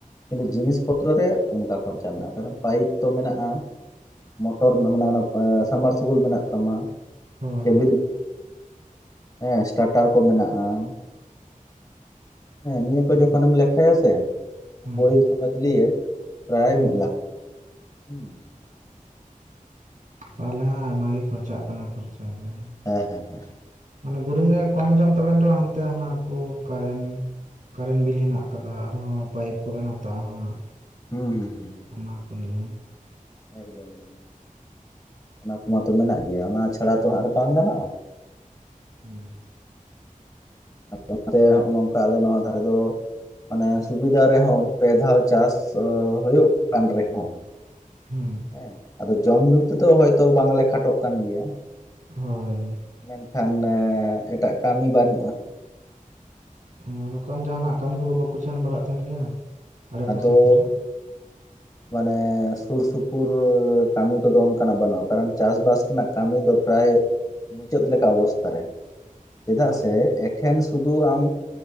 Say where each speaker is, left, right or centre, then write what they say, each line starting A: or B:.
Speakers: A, on the left; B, on the right.
A: ᱠᱤᱱᱛᱩ ᱡᱤᱱᱤᱥ ᱯᱚᱛᱨᱚ ᱨᱮ ᱚᱱᱠᱟ ᱠᱷᱚᱨᱪᱟ ᱢᱮᱱᱟᱜ-ᱟ, ᱠᱟᱮᱚᱱ ᱯᱟᱭᱤᱯ ᱛᱚ ᱢᱮᱱᱟᱜ-ᱟ ᱾ ᱢᱚᱴᱚᱨ ᱢᱮᱱᱟᱜ ᱢᱮᱱᱟᱜ ᱚᱱᱟ ᱥᱟᱢᱢᱟᱨᱥᱤᱵᱮᱞ ᱢᱮᱱᱟᱜ ᱛᱟᱢᱟ
B: ᱦᱳᱭ
A: ᱠᱮᱵᱤᱞ ᱦᱮᱸ ᱥᱴᱟᱴᱟᱨ ᱠᱚ ᱢᱮᱱᱟᱜ-ᱟ ᱾ ᱦᱮᱸ ᱱᱤᱭᱟᱹ ᱠᱚ ᱡᱚᱠᱷᱚᱱ ᱮᱢ ᱞᱮᱠᱷᱟᱭᱟ ᱥᱮ
B: ᱦᱮᱸ
A: ᱵᱳᱨᱤᱝ ᱥᱳᱢᱮᱛ ᱞᱤᱭᱮ᱾ ᱯᱨᱟᱭ
B: ᱦᱮᱸ
A: ᱢᱤᱫ ᱞᱟᱠᱷ ᱴᱟᱠᱟ, ᱦᱩᱸ
B: ᱛᱟᱦᱚᱞᱮ ᱦᱟᱸᱜ ᱟᱭᱢᱟ ᱜᱮ ᱠᱷᱚᱨᱪᱟᱜ ᱠᱟᱱᱟ ᱠᱷᱚᱨᱪᱟ ᱫᱚ ᱾
A: ᱦᱮᱸ ᱦᱮᱸ ᱦᱮᱸ,
B: ᱢᱟᱱᱮ ᱵᱳᱨᱤᱝ ᱨᱮ ᱠᱚᱢ ᱡᱚᱢ ᱛᱟᱵᱮᱱ ᱨᱮ ᱦᱚᱸ ᱦᱟᱱᱛᱮ ᱦᱟᱱᱟ ᱠᱚ ᱠᱟᱨᱮᱱ ᱠᱟᱨᱮᱱ ᱵᱤᱞ ᱦᱮᱱᱟᱜ ᱟᱠᱟᱫᱟ ᱟᱨ ᱦᱚᱸ ᱯᱟᱭᱤᱯ ᱠᱚᱵᱮᱱ ᱦᱟᱛᱟᱣᱟ ᱦᱟᱸᱜ,
A: ᱦᱩᱸ ᱦᱩᱸ ᱦᱩᱸ,
B: ᱚᱱᱟ ᱠᱚ ᱱᱤᱭᱮ,
A: ᱮᱠᱫᱚᱢ ᱮᱠᱫᱚᱢ ᱚᱱᱟ ᱠᱚᱢᱟᱛᱚ ᱢᱮᱱᱟᱜ ᱜᱮᱭᱟ ᱚᱱᱟ ᱪᱷᱟᱲᱟ ᱛᱚ ᱦᱟᱸᱜ ᱟᱨ ᱵᱟᱝ ᱜᱟᱱᱚᱜ-ᱟ ᱾
B: ᱦᱩᱸ,
A: ᱟᱫᱚ ᱚᱱᱟᱛᱮ ᱦᱚᱜ-ᱚ ᱱᱚᱝᱠᱟ ᱟᱞᱮ ᱱᱚᱣᱟ ᱫᱷᱟᱨᱮ ᱫᱚ ᱢᱟᱱᱮ ᱥᱩᱵᱤᱫᱟ ᱨᱮ ᱦᱚᱸ ᱯᱮ ᱫᱷᱟᱣ ᱪᱟᱥ ᱦᱳᱭᱳᱜ ᱠᱟᱱ ᱨᱮ ᱦᱚᱸ
B: ᱦᱩᱸ
A: ᱦᱮᱸ, ᱟᱫᱚ ᱡᱚᱢ ᱧᱩ ᱛᱮ ᱫᱚ ᱦᱚᱭᱛᱚ ᱵᱟᱝ ᱞᱮ ᱠᱷᱟᱴᱚᱜ ᱠᱟᱱ ᱜᱮᱭᱟ ᱾
B: ᱦᱳᱭ,
A: ᱢᱮᱱ ᱠᱷᱟᱱ ᱮᱴᱟᱜ ᱠᱟᱹᱢᱤ ᱵᱟᱹᱱᱩᱜ-ᱟ ᱾
B: ᱦᱮᱸ, ᱡᱚᱠᱷᱚᱱ ᱡᱟᱦᱟᱱᱟᱜ ᱠᱟᱹᱢᱤ ᱠᱚ ᱵᱟᱠᱚ ᱥᱮᱱ ᱵᱟᱲᱟᱜ ᱛᱟᱦᱮᱱ ᱜᱮᱭᱟ? ᱟᱲᱮ
A: ᱟᱫᱚᱻᱻ
B: ᱯᱟᱥᱮ ᱠᱚᱨᱮ
A: ᱢᱟᱱᱮ ᱥᱩᱨ ᱥᱩᱯᱩᱨ ᱠᱟᱹᱢᱤ ᱠᱚ ᱫᱚ ᱚᱱᱠᱟᱱᱟᱜ ᱵᱟᱹᱱᱩᱜ-ᱟ, ᱠᱟᱨᱚᱱ ᱪᱟᱥᱵᱟᱥ ᱨᱮᱱᱟᱜ ᱠᱟᱹᱢᱤ ᱫᱚ ᱯᱨᱟᱭ ᱢᱩᱪᱟᱹᱫ ᱞᱮᱠᱟ ᱚᱵᱚᱥᱛᱟ ᱨᱮ, ᱪᱮᱫᱟᱜ
B: ᱚ
A: ᱥᱮ ᱮᱠᱷᱮᱱ ᱥᱩᱫᱩ ᱟᱢ